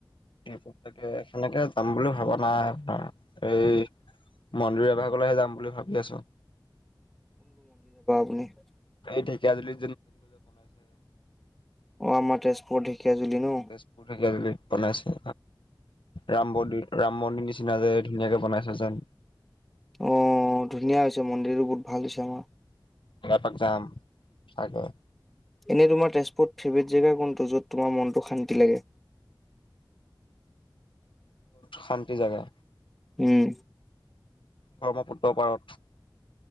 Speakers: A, on the left; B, in the centre.
A: সেইতাকে সেনেকে যাম বুলি ভাৱনা এই মন্দিৰ এভাগলৈহে যাম বুলি ভাবি আছো
B: শু
A: এই ঢেকীয়াাজুলী
B: অ আমাৰ তেজপুৰত ঢেকীয়াজুলিী ন
A: তেজপুৰ বনাইছে ৰাম মন্দিৰ ৰাম মন্দিৰ নিচিনা যে ধুনীয়াকে বনাইছে যেন
B: অ ধুনীয়া হৈছে মন্দিৰো বহুত ভাল হৈছে আমাৰ
A: বপাক যাম আগে
B: এনে তোমাৰ তেজপুৰত ফেভৰেট জেগা কোনটো য'ত তোমাৰ মনটো শান্তি লাগে
A: শা জেগা
B: উম
A: ব্ৰহ্মপুত্ৰ পাৰত